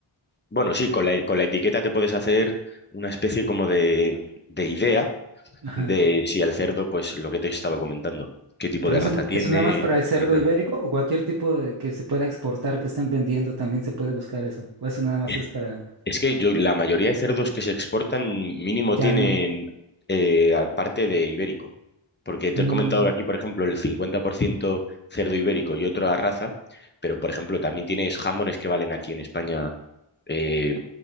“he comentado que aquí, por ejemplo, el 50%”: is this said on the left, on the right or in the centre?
Left